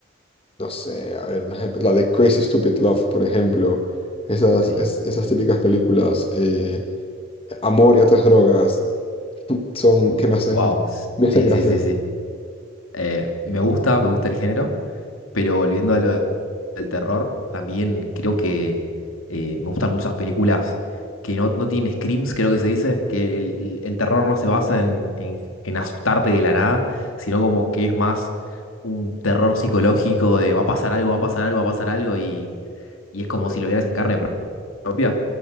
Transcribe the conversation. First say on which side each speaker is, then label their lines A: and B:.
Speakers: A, on the left; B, on the left.
A: no sé, a ver, deja- la de Crazy Stupid Love, por ejemplo. Esas,
B: Sí,
A: es- esas típicas películas, eh, Amor y otras drogas, son que me hacen,
B: wow.
A: me hacen
B: Sí,
A: gracia.
B: sí, sí, sí. Eh, me gusta, me gusta el género. Pero volviendo a lo del terror, también creo que eh, me gustan muchas películas que no, no tienen screams, creo que se dice, que el, el terror no se basa en, en- en asustarte de la nada, sino como que es más un terror psicológico de va a pasar algo, va a pasar algo, va a pasar algo, y, y es como si lo vieras en carne pro- propia.